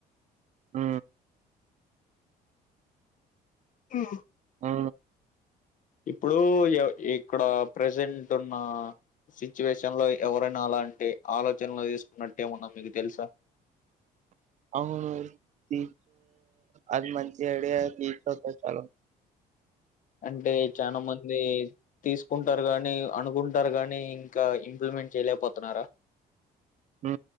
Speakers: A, on the right; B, on the left.
A: ఊ
B: ఆ
A: ఆ
B: ఇప్పుడు ఇక్కడ ప్రజెంట్ ఉన్న సిచ్యువేషన్ లో ఎవరైనా అలాంటి ఆలోచనలు తీసుకున్నట్టటు ఏమున్నా మీకు తెలుసా
A: అవును తీ అది మంచి అడి తీ తో చాలం
B: అంటే చానా మంది తీసుకుంటారు గాని అనుకుంటారు గానీ ఇంకా ఇంప్లిమెంట్ చేయలేకపోతున్నారా
A: ఉ